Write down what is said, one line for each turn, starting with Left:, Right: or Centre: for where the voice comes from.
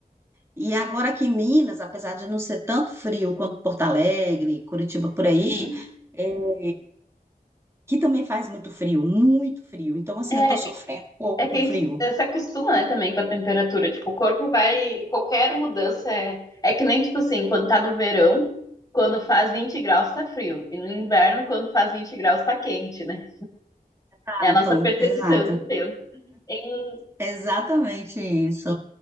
Right: E agora aqui em Minas, apesar de não ser tanto frio quanto Porto Alegre, Curitiba por aí,
Left: Uhum.
Right: é, que também faz muito frio, muito frio. Então, assim,
Left: É,
Right: eu estou sofrendo um pouco
Left: É que
Right: com
Left: a gente
Right: frio.
Left: eh, se acostuma, né, também com a temperatura. Tipo, o corpo vai. Qualquer mudança é. É que nem, tipo assim, quando tá no verão, quando faz 20 graus tá frio. E no inverno, quando faz 20 graus tá quente, né?
Right: Exato,
Left: É a nossa percepção
Right: exato.
Left: do tempo. Em,
Right: Exatamente isso.